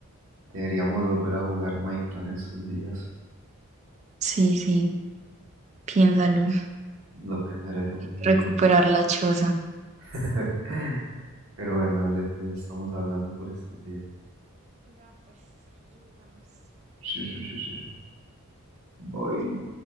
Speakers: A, on the right; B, on the right.
A: deberíamos volver a jugar Minecraft en estos días.
B: Sí, sí, piénsalo. Hay
A: Lo pensaré, lo
B: que
A: pensaré.
B: recuperar la choza.
A: <laughs> Pero bueno, dale, pues estamos hablando por estos días. Sí, sí, sí, sí, sí. Bye.